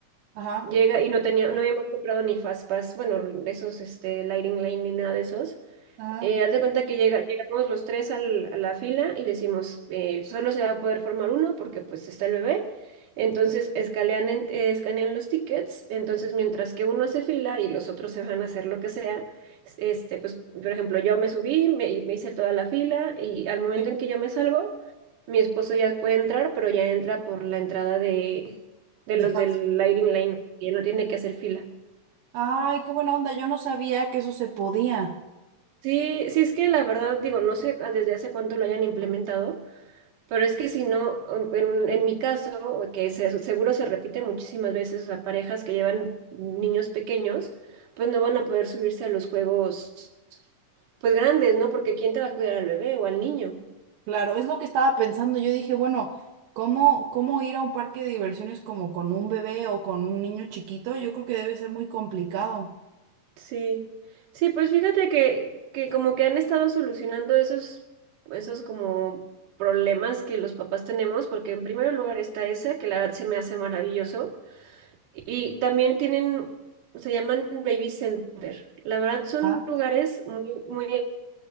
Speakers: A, on the right; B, on the right.
A: Ajá.
B: Llega y no tenía, no habíamos comprado ni Fastpass, bueno, de esos, este, Lightning Lane ni nada de esos.
A: Ajá.
B: Eh, haz de cuenta que llega, llegamos los tres al- a la fila y decimos, eh, solo se va a poder formar uno porque pues está el bebé. Entonces escanean, en- eh, escanean los tickets, entonces mientras que uno hace fila y los otros se van a hacer lo que sea, es- este, pues por ejemplo yo me subí, me, me hice toda la fila y al momento
A: Sí.
B: en que yo me salgo, mi esposo ya puede entrar, pero ya entra por la entrada de, de
A: De
B: los
A: fácil.
B: del Lighting Lane, que ya no tiene que hacer fila.
A: Ay, qué buena onda. Yo no sabía que eso se podía.
B: Sí, sí es que la verdad digo, no sé desde hace cuánto lo hayan implementado. Pero es que si no, um, en, en mi caso, o que se- seguro se repite muchísimas veces a parejas que llevan niños pequeños, pues no van a poder subirse a los juegos pues grandes, ¿no? Porque ¿quién te va a cuidar al bebé o al niño?
A: Claro, es lo que estaba pensando. Yo dije, bueno, ¿cómo, cómo ir a un parque de diversiones como con un bebé o con un niño chiquito? Yo creo que debe ser muy complicado.
B: Sí, sí, pues fíjate que, que como que han estado solucionando esos, esos como problemas que los papás tenemos, porque en primer lugar está ese, que la verdad se me hace maravilloso. Y también tienen, se llaman Baby Center. La verdad son
A: Ah,
B: lugares muy, muy,